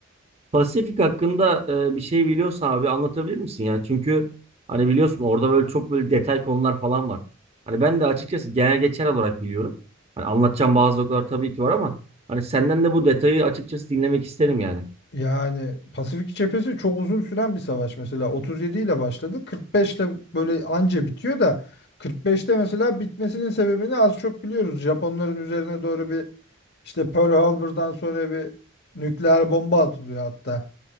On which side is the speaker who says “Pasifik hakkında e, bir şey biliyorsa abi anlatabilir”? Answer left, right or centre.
Right